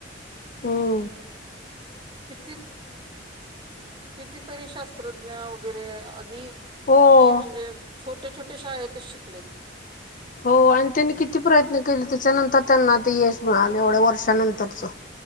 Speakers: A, on the left (about 45°); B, on the right (about 25°).
A: हम
B: किती कितीतरी शास्त्रज्ञ.. वगैरे आधी
A: हो
B: किती म्हणजे छोटे छोटे शाळेतच शिकलेत...
A: हो आणि त्यांनी किती प्रयत्न केले त्याच्यानंतर त्यांना आता यश मिळाले एवढ्या वर्षानंतरचं...